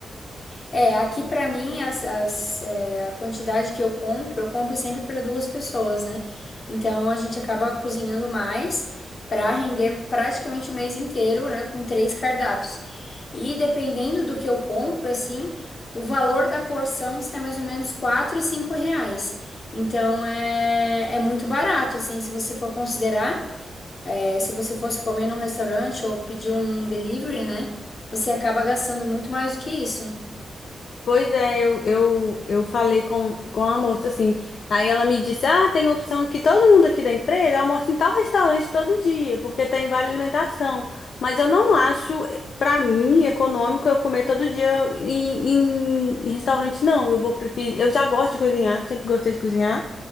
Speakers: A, on the left; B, on the left.
A: É, aqui pra mim as, as, é, a quantidade que eu compro, eu compro sempre para duas pessoas, né? Então a gente acaba cozinhando mais pra render praticamente o mês inteiro, né? Com três cardápios. E dependendo do que eu compro, assim, o valor da porção sai mais ou menos quatro, cinco reais. Então é, é muito barato, assim, se você for considerar. É, se você fosse comer num restaurante ou pedir um delivery, né? Você acaba gastando muito mais do que isso.
B: Pois é, eu, eu, eu falei com, com a moça assim. Aí ela me disse: Ah, tem uma opção que todo mundo aqui da empresa almoça em tal restaurante todo dia, porque tem vale alimentação. Mas eu não acho, eh, pra mim, econômico eu comer todo dia em, em, em restaurante, não. Eu vou preferir. Eu já gosto de cozinhar, sempre gostei de cozinhar.